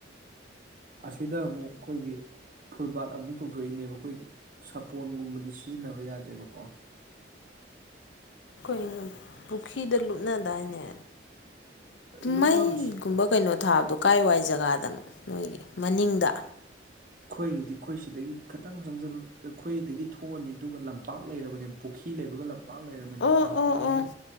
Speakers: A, on the right; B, on the left.
A: ꯑꯁꯤꯗ ꯑꯃꯨꯛ ꯑꯩꯈꯣꯏꯒꯤ ꯐꯨꯜꯕꯥꯠ ꯑꯃꯨꯛ ꯇꯧꯊꯣꯛꯏꯅꯦꯕ ꯑꯩꯈꯣꯏꯒꯤ ꯁꯥꯄꯣꯟꯒꯨꯝꯕꯗꯤ ꯁꯤꯖꯤꯟꯅꯕ ꯌꯥꯗꯦꯕꯀꯣ
B: ꯎꯝ ꯄꯨꯈ꯭ꯔꯤꯗ ꯂꯨꯞꯅꯗꯥꯏꯅꯦ
A: ꯂꯨꯞꯅꯕꯁꯨ
B: ꯃꯩꯒꯨꯝꯕ ꯀꯩꯅꯣ ꯊꯥꯕꯗꯣ ꯀꯥꯏ ꯋꯥꯏ ꯖꯒꯥꯗꯅꯣ ꯅꯣꯏꯒꯤ ꯃꯅꯤꯡꯗ
A: ꯑꯩꯈꯣꯏꯒꯤꯗꯤ ꯑꯩꯈꯣꯏ ꯁꯤꯗꯒꯤ ꯈꯇꯪ ꯆꯪꯖꯤꯜ ꯑꯩꯈꯣꯏꯗꯒꯤ ꯊꯣꯛꯑꯅꯤ ꯑꯗꯨꯒ ꯂꯝꯄꯥꯛ ꯂꯩꯔꯕꯅꯦ ꯄꯨꯈꯤ ꯈꯤ ꯂꯩꯕꯒ ꯂꯝꯄꯥꯛ ꯂꯩꯔꯕꯅꯦ
B: ꯑꯣ
A: ꯂꯝꯄꯥꯛꯇꯨꯒꯤ
B: ꯑꯣ ꯑꯣ
A: ꯍꯦꯛ